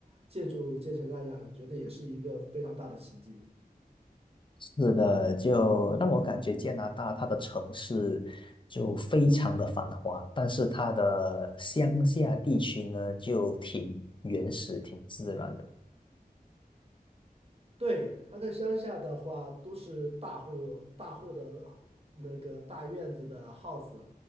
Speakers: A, on the right (about 40°); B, on the left (about 30°).
A: 建筑建成那样，觉得也是一个非常大的奇迹。
B: 是的，就让我感觉加拿大它的城市就非常的繁华，但是它的乡下地区呢就挺原始、挺自然的。
A: 对，他在乡下的话，都是大户大户的那个大院子的 house，